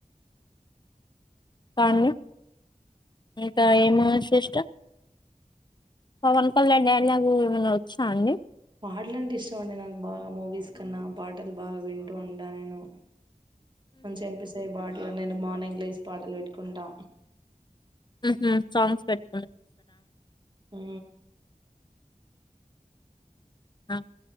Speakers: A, on the left; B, on the right.
A: కాదండి ఇంకా ఏము శస్టు పవన్ కళ్యాణ్ డైలాగ్ ఏమైనా ఒచ్చినా అండి
B: పాటల అంటే ఇష్టం అండి నాకు బాగా మూవీస్ కన్నా, పాటలు బాగా వింటూ ఉంటా నేను. మంచిగా అనిపిస్తాయి బాటలు నేను మార్నింగ్ లో వేసి పాటలు పెట్టుకుంటా.
A: ఉహు సాంగ్స్ పెట్
B: ఊ
A: ఆ